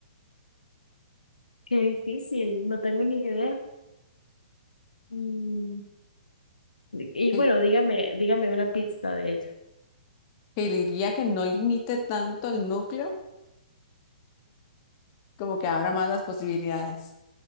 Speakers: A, on the left; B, on the left.
A: Qué difícil, no tengo ni idea. Mm, Y
B: Que,
A: bueno, dígame, dígame una pista de ella.
B: que diría que no limite tanto el núcleo, como que abra más las posibilidades.